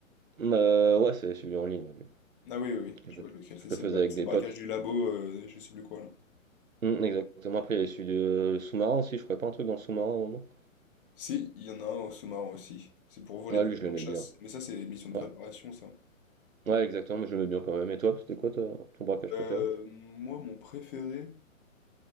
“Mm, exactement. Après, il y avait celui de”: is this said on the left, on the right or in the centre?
Right